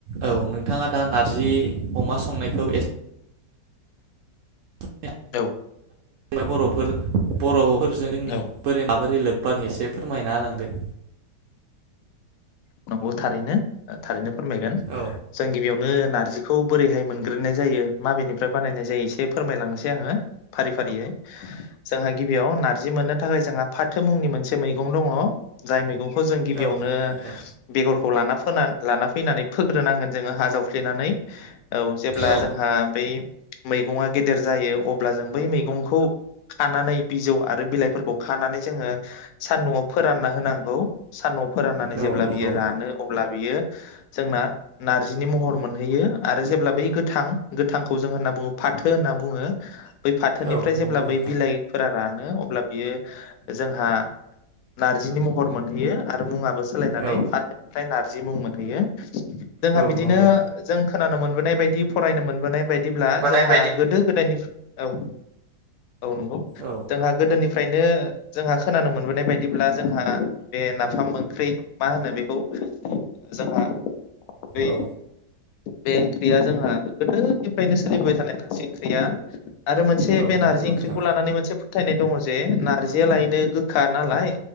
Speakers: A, on the right; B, on the left.
A: औ नोंथाङा दा नार्जि अमा संनायखौ एसे <unintelligible>
B: औ
A: बर'फोर बर'फोरजों जोंनि
B: औ
A: बोरै माबोरै लोब्बा एसे फोरमायना होलांदो।
B: नंगौ थारैनो। थारैनो फोरमायगोन
A: औ
B: जों गिबियावनो नार्जि जिखौ बोरैहाय मोनग्रोनाय जायो माबेनिफ्राय बानायनाय जायो एसे फोरमायलांनोसै आङो फारि फारियै। जोंहा गिबियाव नार्जि मोननो थाखाय जोंहा फाथो मुंनि मोनसे मैगं दङ जाय मैगं खौ जों गिबियावनो
A: औ नंगौ नोंथां
B: बेगरखौ लाना फोना लाना फैनानै फोग्रोनांगोन जोङो हा जावफ्लेनानै औ जेब्ला
A: औ
B: जोंहा बै मैगङा गेदेर जायो अब्ला जों बै मैगंखौ खानानै बिजौ आरो बिलाइफोरखौ खानानै जोङो सान्दुआव फोरान्ना होनांगौ सान्दुआव फोरान्नानै जेब्ला
A: औ नंगौ
B: बियो रानो अब्ला बेयो जोंना नार्जिनि महर मोनहैयो आरो जेब्ला बे गोथां गोथांखौ जों होन्ना बुङो फाथो होन्ना बुङो। बै फाथोनिफ्राय
A: औ
B: जेब्ला
A: नंगौ नोंथां
B: बै बिलाइफोरा रानो अ अब्ला बियो जोंहा नार्जिनि महर मोनहैयो आरो मुङाबो सोलायनानै
A: औ
B: फाथोनिफ्राय नार्जि जि मुं मोनहैयो। जोंहा
A: औ
B: बिदिनो
A: नंगौ
B: जों खोनानो मोनो बोनाय बायदि फरायनो मोनबोनाय बायदि बादिब्ला
A: बोनाय
B: जोंहा
A: बायदि
B: गोदो गोदायनिफ्राय औ। औ नंगौ
A: औ
B: जोंहा गोदोनि फ्रायनो जोंहा खोनानो मोनबोनाय बायदिब्ला जोंहा बे नाफाम ओख्रि मा होनो बेखौ जोंहा बै
A: औ।
B: बे ओंख्रिया जोंहा गोदोनिफ्रायनो सोलिबोबाय थानाय नार्जि ओंख्रिया आरो मोनसे
A: औ
B: बे नार्जि
A: नंगौ
B: ओंख्रिखौ
A: नोंथां
B: लानानै मोनसे फोथायनाय दङ जे नार्जियालायनो गोखा नालाय